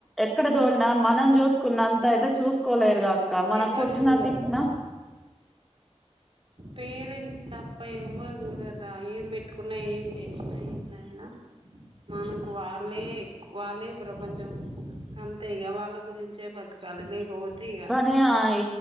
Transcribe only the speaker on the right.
ఎవ్వరు
చూడరు
పేరెంట్స్ తప్ప ఎవ్వరు జూడర్ర ఏది పెట్ ముట్కున్నా ఏం చె ఇష్టమెన్నైనా మనకు వాళ్ళే ఎక్కు ప్రపంచం అంతే ఇగ వాళ్ళ గురించే బతకాలి లేక పోతే ఇగ